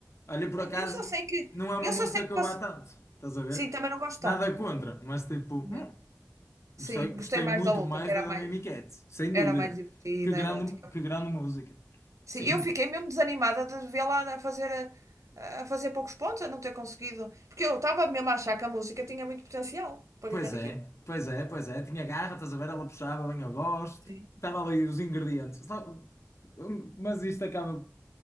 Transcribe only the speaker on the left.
Olha,
por
acaso,
não é uma
música
que eu
vá tanto. Estás a ver?
Nada
contra, mas tipo, hum,
gostei, gostei
muito
mais
da da
Mimi Cat, sem
dúvida.
Que grande,
que grande música.
Sim,
Pois
é,
pois é, pois é. Tinha garra, estás a ver? Ela puxava bem a voz,
estava ali os ingredientes. Só- um, Mas isto acaba